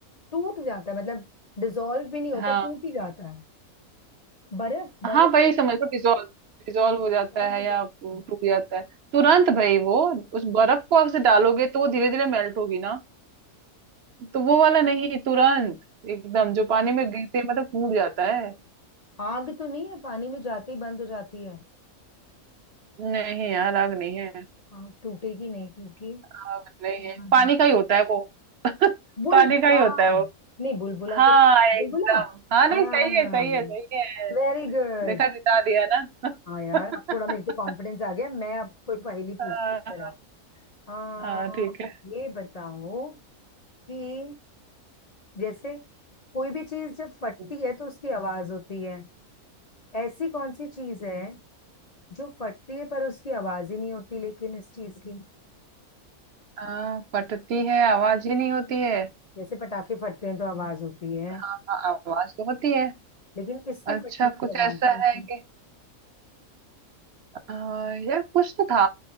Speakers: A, on the left (about 45°); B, on the right (about 60°).
A: टूट जाता है मतलब डिसॉल्व भी नहीं होता
B: हाँ
A: टूट ही जाता है बर्फ बर्फ
B: हाँ
A: के
B: वही
A: डिसॉल्व
B: समझ लो डिजोल्व डिजोल्व हो जाता
A: हो
B: है या
A: जाती
B: वो
A: है
B: टूट जाता है तुरंत भाई वो उस बर्फ को आप से डालोगे तो वो धीरे धीरे मेल्ट होगी ना तो वो वाला नहीं तुरंत एकदम जो पानी में गिरते ही मतलब टूट जाता है
A: आग तो नहीं है पानी में जाती बंद हो जाती है
B: नहीं यार आग नहीं है
A: आग टूटेगी नहीं क्योंकि
B: आग नहीं
A: प्लान
B: है पानी
A: है।
B: का ही होता है वो <laughs>
A: बुलबुला
B: पानी का ही होता है वो
A: नहीं बुलबुला
B: हाँ
A: तो नहीं-
B: एकदम
A: बुलबुला
B: हाँ नहीं
A: हाँ
B: सही है सही है सही है
A: Very good
B: देखा जिता दिया ना
A: हाँ यार अब थोड़ा मेरे
B: <laughs>
A: पे कॉन्फिडेंस आ गया मैं अब कोई पहेली पूछती
B: हाँ
A: हूँ जरा। आ,
B: हाँ, ठीक है
A: ये बताओ कि जैसे कोई भी चीज जब फटती
B: हम्म।
A: है तो उसकी आवाज होती है ऐसी कौन सी चीज है जो फटती है पर उसकी आवाज ही नहीं होती लेकिन इस चीज की
B: हाँ फटती है आवाज ही नहीं होती है
A: जैसे पटाखे फटते हैं तो आवाज होती है
B: हाँ हाँ, आवाज तो होती है
A: लेकिन इसके
B: अच्छा
A: फटने की
B: कुछ
A: आवाज
B: ऐसा
A: नहीं होती
B: है कि आ, यार कुछ तो था